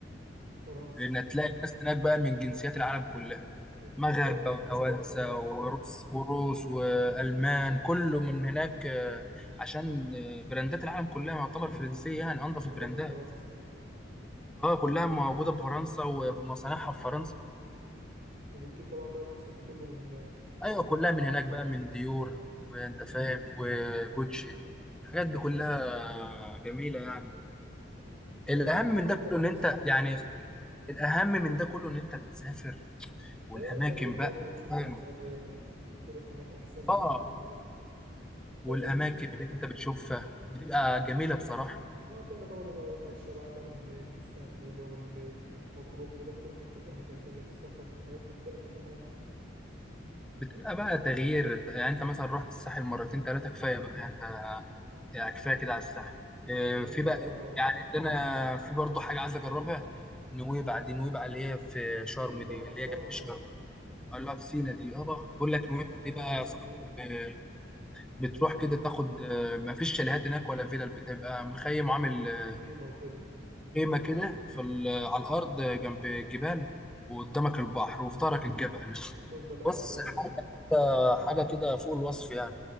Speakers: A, on the right (about 60°); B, in the centre.
A: فرنسا
B: ان تلاقي ناس هناك بقى من جنسيات العالم كلها
A: وبتتصور
B: مغاربه
A: من
B: وتوانسه
A: هناك بقى طبعا وكده
B: وروس وروس والمان كله من هناك آه، عشان آه، براندات العالم كلها يعتبر فرنسيه يعني انضف
A: موجودة
B: البراندات
A: في فرنسا
B: اه كلها موجوده في فرنسا وفي مصانعها في فرنسا
A: وبتجيب طبعا بقى لبسك وكله من هناك
B: ايوه كلها من هناك بقى من ديور وانت فاهم وجوتشي الحاجات دي كلها جميله يعني
A: ما-
B: الاهم من
A: أنضف
B: ده كله ان
A: لبس
B: انت
A: بيجي
B: يعني
A: من هناك
B: الاهم من ده كله ان انت بتسافر والاماكن
A: ايوه تغيير برضه
B: بقى
A: تشوف
B: فاهم
A: ناس تانية ت- تروح هناك احسن لك
B: اه
A: من انك
B: والاماكن
A: تغيير
B: اللي انت بتشوفها بتبقى جميله بصراحه
A: مرة تانية طبعا تبقى شبعان بقى من من الساحل واللي هو من مطروح وكده فتروح هناك تشوف اماكن تانية في السفر في حاجات مختلفة تماما
B: بتبقى بقى تغيير يعني انت مثلا رحت الساحل مرتين ثلاثه كفايه بقى يعني انت يعني كفايه كده على الساحل
A: تكمل
B: اه، في
A: بقى
B: بقى ايه؟
A: بره
B: يعني اللي انا في برضه حاجه عايز اجربها نويبع دي نويبع اللي هي في شرم
A: وبقى
B: دي
A: في
B: اللي
A: شرم
B: هي جنب شرم قال لها في سينا دي اه بقى
A: بقى
B: بقول لك نويبع
A: اسمع إن
B: دي
A: النوبة
B: بقى
A: دي
B: يا
A: جميلة
B: صاحبي اه، بتروح كده تاخد اه، ما فيش شاليهات هناك ولا فيلل بتبقى مخيم عامل اه،
A: خيمة وكده
B: خيمه كده في ال- على الارض اه، جنب الجبال وقدامك البحر وفي ظهرك الجبل
A: وتفضل قاعد
B: بص
A: بقى هناك
B: حاجه حاجه كده فوق الوصف يعني